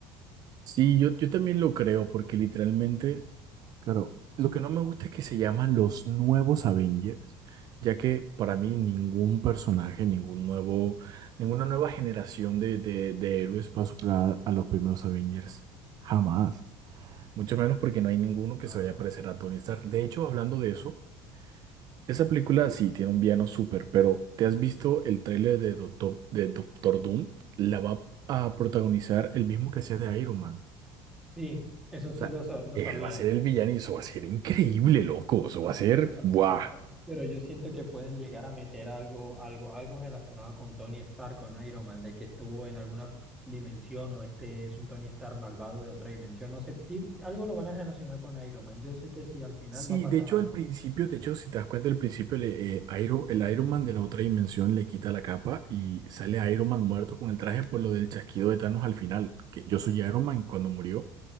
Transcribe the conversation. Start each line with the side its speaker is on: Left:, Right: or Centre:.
Right: Sí, yo, yo también lo creo, porque literalmente Claro, lo que no me gusta es que se llaman los nuevos Avengers, ya que para mí ningún personaje, ningún nuevo, ninguna nueva generación de, de, de héroes va a superar a los primeros Avengers. Jamás. Mucho menos porque no hay ninguno que
Centre: No.
Right: se vaya a parecer a Tony Stark. De hecho, hablando de eso, esa película sí tiene un villano súper, pero ¿te has visto el tráiler de Doctor, de Doctor Doom? La va a protagonizar el mismo que hacía de Iron Man.
Centre: Sí, eso
Right: O
Centre: sí
Right: sea,
Centre: lo, sa- lo
Right: él
Centre: sabía,
Right: va a ser el villano y eso va a ser increíble, loco. Eso
Centre: eso
Right: va
Centre: sí
Right: a ser,
Centre: lo sabía,
Right: ¡buah!
Centre: pero yo siento que pueden llegar a meter algo, algo, algo relacionado con Tony Stark, con Iron Man, de que estuvo en alguna dimensión o este es un Tony Stark malvado de otra dimensión, no sé, ti- algo lo van a relacionar con Iron Man, yo sé que sí, al final
Right: Sí,
Centre: va a pasar
Right: de hecho
Centre: algo.
Right: al principio, de hecho si te das cuenta al principio le- eh, Iron, el Iron Man de la otra dimensión le quita la capa y sale Iron Man muerto con el traje por lo del chasquido de Thanos al final, que yo soy Iron Man cuando murió.